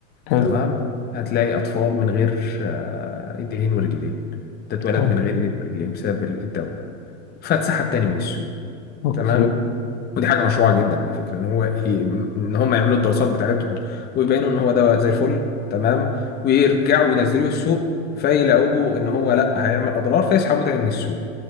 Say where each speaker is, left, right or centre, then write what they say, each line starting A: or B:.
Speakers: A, on the left; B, on the left.
A: حلو
B: تمام هتلاقي أطفال من غير آه، إيدين ورجلين تتولد
A: طيب
B: من غير إيدين ورجلين بسبب الدواء ده فاتسحب تاني من السوق
A: أوكي
B: تمام ودي حاجه مشروعه جدا على فكره ان هو ي- ان هم يعملوا الدراسات بتاعتهم ويبينوا ان هو دواء زي الفل تمام ويرجعوا ينزلوه السوق فيلاقوه ان هو لا هيعمل اضرار فيسحبوه تاني من السوق